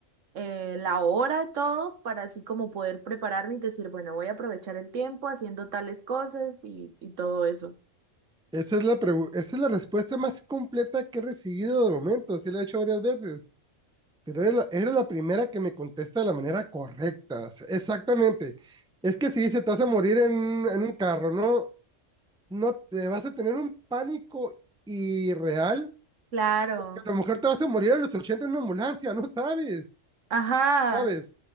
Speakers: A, on the right (about 75°); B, in the centre.
A: eh, la hora y todo, para así como poder prepararme y decir, bueno, voy a aprovechar el tiempo haciendo tales cosas y, y todo eso.
B: Esa es la, pregu- esa es la respuesta más completa que he recibido de momento, sí la he hecho varias veces. Pero era la, era la primera que me contesta de la manera correcta. O sea, Exactamente. Es que si se te vas a morir en, en un carro, ¿no? No te vas a tener un pánico irreal,
A: Claro.
B: que a lo mejor te vas a morir a los 80 en una ambulancia, no sabes,
A: Ajá.
B: ¿sabes?